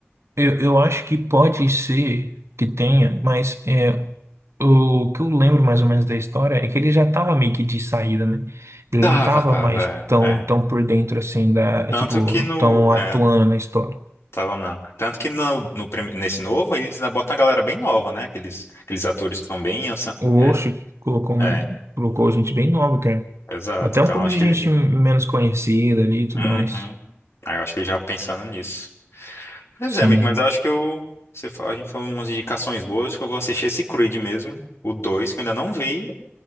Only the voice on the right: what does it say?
eu, eu acho que pode ser que tenha, mas é. O que eu lembro mais ou menos da história é que ele já tava meio que de saída, né? Ele
não tava
mais tão,
tão por dentro assim da,
tipo,
tão
atuando na história.
O
Osh colocou, um-
colocou gente bem nova, cara.
Até
um pouco
de
gente
menos conhecida ali e tudo
mais.
Sim.